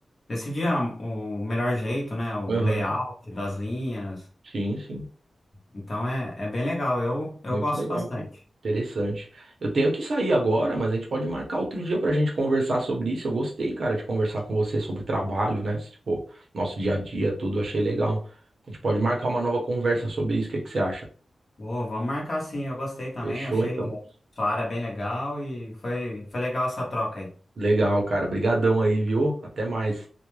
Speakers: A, on the left; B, on the right.
A: decidir a- o melhor jeito, né? O
B: Aham,
A: layout das linhas.
B: Sim, sim,
A: Então é, é bem legal, eu, eu
B: muito
A: gosto
B: legal,
A: bastante.
B: cara. Interessante. Eu tenho que sair agora, mas a gente pode marcar outro dia pra gente conversar sobre isso. Eu gostei, cara, de conversar com você sobre trabalho, né? Tipo, nosso dia a dia, tudo, achei legal. A gente pode marcar uma nova conversa sobre isso. O que que você acha?
A: Pô, vamos marcar sim, eu gostei também,
B: Fechou,
A: achei
B: então.
A: sua área bem legal e foi, foi legal essa troca aí.
B: Legal, cara. Brigadão aí, viu? Até mais.